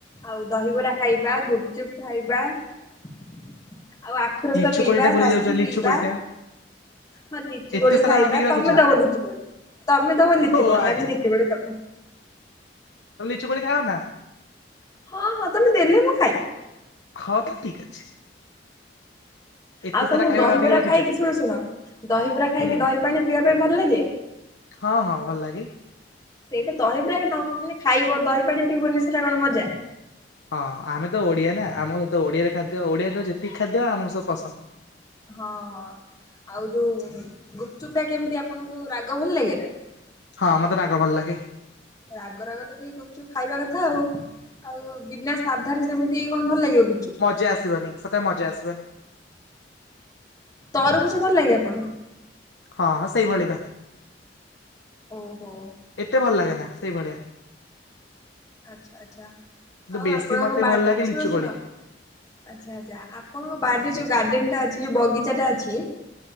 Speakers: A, on the left (about 20°); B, on the left (about 80°).
A: ଆଉ ଦହିିବରା ଖାଇବା ଗୁପଚୁପ ଖାଇବା। ଆଉ ଆଖୁ ରସ
B: ଲିଚୁ
A: ପିଇବା
B: କୋଳି ଟା ଭୁଲି
A: ଲସି
B: ଯାଉଛ ଲିଚୁ
A: ପିଇବା।
B: କୋଳି ଟା
A: ହଁ ଲିଚୁ
B: ଏତେ
A: କୋଳି
B: ସାରା
A: ଖାଇବା
B: ଭାବିକି
A: ତମେ
B: ରଖିଛ
A: ଦବ ଲିଚି କୋଳି? ତମେ ତମ ଲିଚି
B: ଓ
A: କୋଳି
B: ଆଚ୍ଛା।
A: ଆମେ ଲିଚି କ ତମ
B: ଲିଚି କୋଳି ଖାଇବା ନା?
A: ହଁ ହଁ ତମେ ଦେଲେ ମୁଁ ଖାଇବି।
B: ହଁ ତାଲେ ଠିକ ଅଛି। ଏତେ
A: ଆଉ ତମକୁ
B: ସାରା ଖାଇବା
A: ଦହିବରା
B: ଭାବିକି ରଖିଛ
A: ଖାଇକି ଶୁଣୁ ଶୁଣ ଦହିବରା ଖାଇକି
B: ହୁଁ।
A: ଦହି ପାଣି ପିଇବା ପାଇଁ ଭଲ ଲାଗେ?
B: ହଁ ହଁ ଭଲ ଲାଗେ।
A: ସେଇଟା ଦହି ପୁରାନେ ଖାଇବ ଦହି ପାଣି ପିଇବନି ସେଟା କଣ ମଜା?
B: ହଁ ଆମେ ତ ଓଡିଆ ନା ଆମ ସହିତ ଓଡିଆରେ ଖାଦ୍ୟ ଓଡିଆ ର ଯେତିକି ଖାଦ୍ୟ ଆମକୁ ସ ପସନ୍ଦ।
A: ହଁ ଆଉ ଯୋଉ ଗୁପଚୁପ୍ ଟା କେମିତି ଆପଣଙ୍କୁ ରାଗ ଭଲ ଲାଗେ ନା?
B: ହଁ ମତେ ରାଗ ଭଲ ଲାଗେ।
A: ରାଗ ରାଗ ତ ଟିକେ ଗୁପଚୁପ୍ ଖାଇବା କଥା ଆଉ ଆଉ ବିନା ସାଧାରେ ସେମିତି କଣ ଭଲ ଲାଗିବ କି?
B: ମଜା ଆସିବନି ସତ ରେ ମଜା ଆସିବନି।
A: ତରଭୁଜ ଭଲ ଲାଗେ ଆପଣଙ୍କୁ?
B: ହଁ ସେଇଭଳି ବା।
A: ଓହୋ।
B: ଏତେ ଭଲ ଲାଗେ ନା ସେଇଭଳିଆ।
A: ଆଚ୍ଛା ଆଚ୍ଛା
B: କିନ୍ତୁ
A: ଆଉ
B: ବେଶୀ
A: ଆପଣଙ୍କ
B: ମତେ
A: ବା
B: ଭଲ ଲାଗେ ଲିଚୁକୋଳି
A: ଶୁଣ ଶୁଣ ଆଚ୍ଛା ଆଚ୍ଛା ଆପଣଙ୍କ ବାଡିରେ ଯୋଉ ଗାର୍ଡେନ ଟା ଅଛି ଯୋଉ ବଗିଚା ଟା ଅଛି